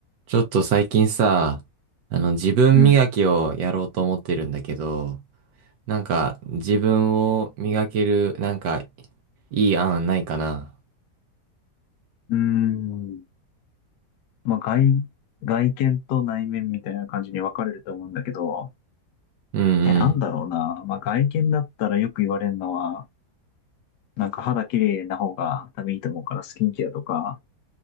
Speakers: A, on the right; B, on the left.
A: ちょっと最近さ、あの自分磨きをやろうと思ってるんだけど、
B: うん。
A: なんか自分を磨ける、なんかいい案ないかな。
B: うーん。まあ、外、外見と内面みたいな感じに分かれると思うんだけど、
A: うんうん。
B: え、なんだろうな。まあ、外見だったらよく言われるのは、なんか肌綺麗な方が多分いいと思うからスキンケアとか、